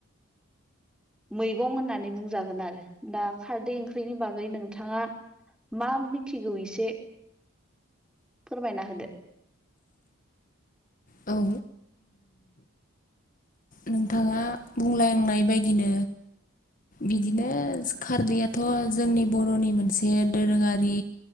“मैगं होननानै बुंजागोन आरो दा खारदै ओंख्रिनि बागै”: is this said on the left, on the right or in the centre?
Centre